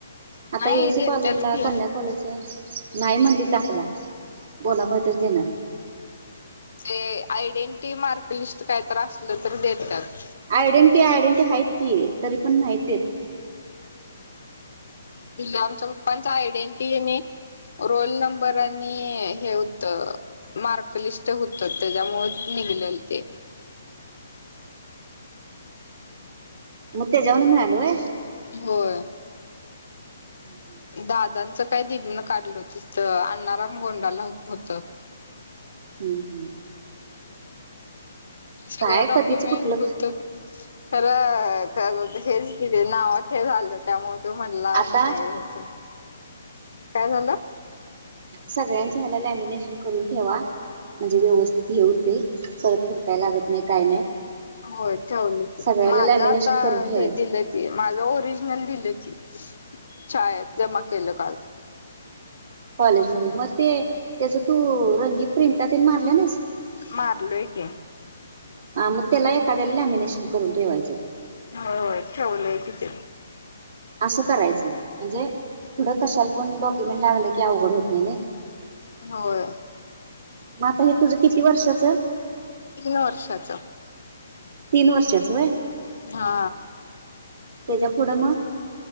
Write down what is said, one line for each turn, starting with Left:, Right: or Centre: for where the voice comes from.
Right: आता
Left: नाही
Right: ए एसी
Left: देतात
Right: कॉलेजला
Left: की
Right: कन्या कॉलेज नाही म्हणली दाखला बोनाफाईटच देणार.
Left: ते आयडेंटिटी मार्कलिस्ट काहीत असलं तर देतात.
Right: आयडेंटी आयडेंटी आहेत की तरी पण नाहीत देत.
Left: आमचा पप्पांच आयडेंटिटी हे मी. रोल नंबर आणि हे होत मार्कलिस्ट होत त्याच्यामुळे मीळल ते.
Right: मग त्याच्यावरन मिळाल होय.
Left: होय
Right: व्हय
Left: दादा काय दिदीनं काढलं तीच, अण्णा राम गोंडाला होत.
Right: हम्म हम्म.
Left: सगळं
Right: काय
Left: डॉक्युमेंट
Right: कधीच कुठलं
Left: होत. तर त्या हेच क नावात हे झालं त्यामुळे तो म्हणला
Right: आता
Left: नाही व्हयच काय झालं.
Right: सगळ्यांचे ह्याला लॅमिनेशन करून ठेवा. म्हणजे व्यवस्थित ठेऊ ते परत हुडकाय लागत नाही काय नाही.
Left: होय ठेवलं
Right: सगळ्याला
Left: माझं
Right: लॅमिनेशन
Left: आता
Right: करून ठेवायचं
Left: हे दिलं की माझ होत ओरिजल दिलं की शाळेत जमा केलं काल.
Right: कॉलेज मध्ये म ते त्याच तू रंगीत प्रिंटा ते मारल्या नाहीस.
Left: मारलोय की.
Right: ह मग त्याला एखाद्याला लॅमिनेशन करून ठेवायचं.
Left: हो हो ठवलंय कि ते.
Right: असं करायचं म्हणजे पुढं कशाला पण डॉक्युमेंट लागलं की अवघड होत नाही नइ.
Left: होय.
Right: मग आता हे तुझं किती वर्षाचं.
Left: तीन वर्षाच.
Right: तीन वर्षाच व्हय.
Left: हा.
Right: त्याच्या पुढं म.